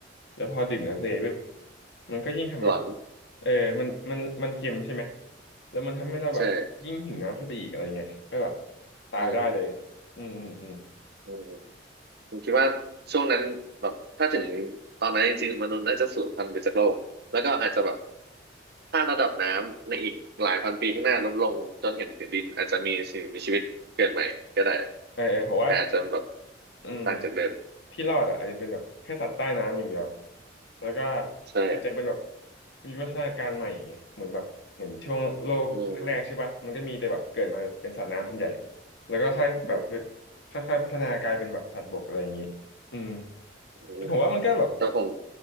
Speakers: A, on the left (about 65°); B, on the right (about 60°).
A: แล้วพอดื่มน้ำทะเลปุ๊บ
B: อืม
A: มันก็ยิ่งทำแบบ
B: หลอน
A: เออมันมันมันเค็มใช่ไหมแล้วมันทำให้เราแบบยิ่งหิวน้ำขึ้นไปอีกอะไรเงี้ยก็แบบ
B: ใช่
A: ตายได้เลย
B: อืม
A: อืมอืมอืม
B: อืมผมคิดว่าช่วงนั้นแบบถ้าถึงตอนนั้นจริงๆมนุษย์น่าจะสูญพันธุ์ไปจากโลก แล้วก็อาจจะแบบถ้าระดับน้ำในอีกหลายพันปีข้างหน้าลดลงจนเห็นผืนดินอาจจะมีสิ่งมีชีวิตเกิดใหม่ก็ได้
A: เออเออผมว่า
B: แต่อาจจะแบบ
A: อืม
B: ต่างจากเดิม
A: ที่รอดอ่ะอาจจะเป็นแบบแค่สัตว์ใต้น้ำอย่างเดียวแล้วก็
B: ใช่
A: อาจจะเป็นแบบมีวัฒนาการใหม่ไงเหมือนแบบเหมือนช่วงโลกแรกๆใช่ปะมันก็มีแต่แบบเกิดมาเป็นสัตว์น้ำส่วนใหญ่
B: อืม
A: แล้วก็ค่อยแบบพืชค่อยๆพัฒนากลายเป็นแบบสัตว์บกอะไรอย่างนี้อืม
B: อืมอืม
A: แต่ผมว่ามันก็แบบ
B: แต่ผม